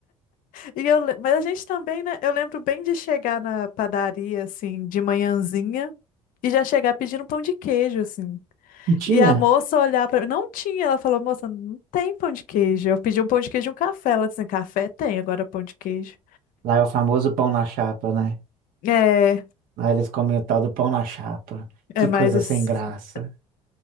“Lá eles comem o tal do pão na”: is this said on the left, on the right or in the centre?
Right